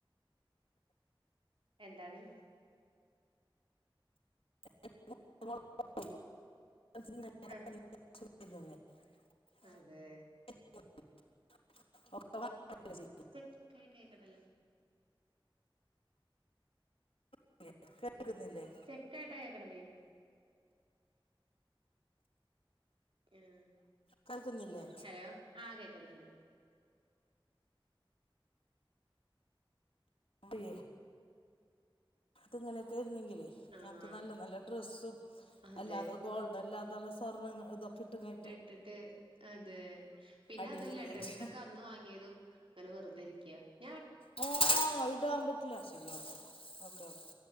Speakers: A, on the right (about 70°); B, on the left (about 85°).
A: എന്താണ്
B: <unintelligible>
A: ആഹ് അതെ
B: <unintelligible>
A: <unintelligible>
B: <unintelligible> കേൾക്കുന്നില്ലേ?
A: സ്റ്റക്കായിട്ട കേക്ക്ണത് ആഹ്
B: കേൾക്കുന്നില്ലേ
A: ഹലോ ആഹ് കേക്കുന്നുണ്ട്.
B: <unintelligible> അത്ങ്ങനെയൊക്കെ ഇരുന്നെങ്കിലേ
A: ആഹ്
B: ഞങ്ങക്ക് നല്ല നല്ല ഡ്രസ്സും
A: അതെ
B: അല്ലാതെ ഗോൾഡല്ലാതള്ള സ്വർണങ്ങ ഇതൊക്കെ ഇട്ട് കഴ
A: ഇട്ടിട്ട് അത് പിന്നെ
B: അടിപൊളിയായിട്ട്
A: അതല്ലേ ഡ്രസ്സക്ക അന്ന് വാങ്ങിയതും അങ്ങനെ വെറുതെ ഇരിക്യ.
B: ആ ഇടാൻ പറ്റില്ല ശരിയാ ഓക്കേ, ഓക്കേ.